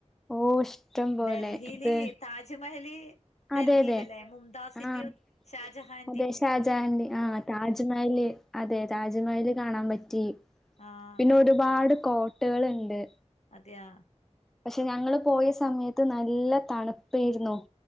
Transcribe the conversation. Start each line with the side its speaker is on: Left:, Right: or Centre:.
Centre: ഓ ഇഷ്ടം പോലെ
Left: ഡൽഹീല്
Centre: ഇത്
Left: താജ്മഹല് ഡൽഹിലല്ലേ
Centre: അതെ അതെ
Left: മുംതാസിന്റെയും
Centre: ആഹ്
Left: ഷാജഹാൻ
Centre: അതെ ഷാജാഹന്റെ ആഹ് താജ്മഹല് അതെ താജ്മഹല് കാണാൻ പറ്റി.
Left: ആഹ്
Centre: പിന്നെ ഒരുപാട് കോട്ടകള്ണ്ട്.
Left: അതെയാ
Centre: പഷേ ഞങ്ങള് പോയ
Left: കൊ
Centre: സമയത്ത് നല്ല തണുപ്പേര്ന്നു.